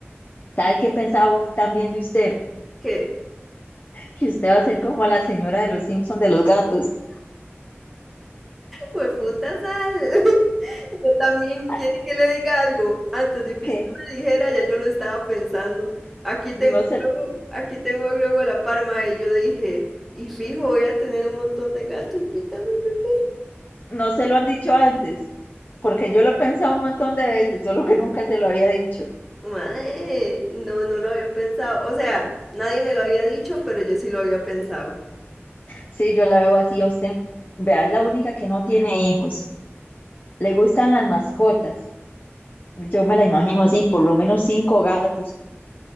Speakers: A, on the left (about 40°); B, in the centre.
A: ¿Sabe qué pensaba también de usted?
B: ¿Qué?
A: que usted va a ser como la señora de los Simpson de los gatos.
B: Fue puta sal. <laughs> Yo también, ¿quiere
A: Ah,
B: que le diga algo? Antes de que
A: que
B: usted me dijera, ya yo lo estaba pensando. Aquí
A: no
B: tengo
A: se,
B: a Grogu, aquí tengo a Grogu a la parma y yo dije, y fijo, voy a tener un montón de gatos, ¿viste a mi bebé?
A: no se lo han dicho antes, porque yo lo he pensado un montón de veces, solo que nunca se lo había dicho.
B: Mae, no, no lo había pensado. O sea, nadie me lo había dicho, pero yo sí lo había pensado.
A: Sí, yo la veo así a usted. Vea, es la única que no tiene hijos. Le gustan las mascotas. Yo me la imagino así, por lo menos cinco gatos.